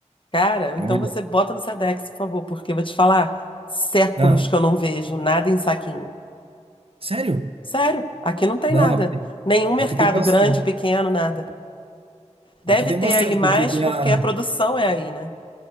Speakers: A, on the left; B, on the right.
A: Cara, então
B: É o melhor.
A: você bota no Sedex, por favor, porque eu vou te falar, séculos
B: Ah,
A: que eu não vejo nada em saquinho.
B: sério?
A: Sério, aqui não tem
B: Não,
A: nada.
B: aqui tem,
A: Nenhum mercado
B: aqui tem bastante.
A: grande, pequeno, nada. Deve
B: Aqui tem
A: ter
B: bastante,
A: aí mais
B: porque tem
A: porque
B: a.
A: a produção é aí, né?